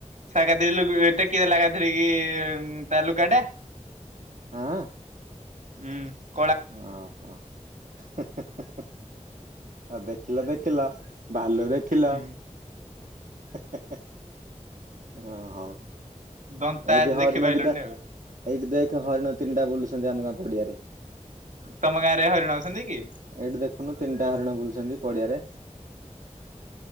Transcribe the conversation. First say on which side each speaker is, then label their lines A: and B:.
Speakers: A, on the right (about 70°); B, on the right (about 90°).
A: ସା ଏକାଥରେ ଟେକି ଦେଲା ଏକାଥରେକେ। ଇଏ ତା ଲୁଗାଟା।
B: ଆଁ
A: ଉଁ
B: ଓ ହୋ। ହେ-ହେ-ହେ ହ ଦେଖିଲ ଦେଖିଲ ଭାଲୁ ଦେଖିଲ
A: ହୁଁ
B: ହେ-ହେ-ହେ ହଁ ହଁ
A: ଦନ୍ତା
B: ଏଇଠି
A: ଆଦି
B: ହରିଣ
A: ଦେଖି ପାଇଲୁନି
B: ଦିଟା
A: ଆଉ।
B: ଏଇଠି ଦେଖେ ହରିଣ ତିନିଟା ବୁଲୁଛନ୍ତି ଆମ ଗାଁ ପଡିଆରେ ଏଇଠି
A: ତମ ଗାଁରେ ହରିଣ ଅଛନ୍ତି କି?
B: ଦେଖୁନୁ ତିନିଟା ହରିଣ ବୁଲୁଛନ୍ତି ପଡିଆରେ।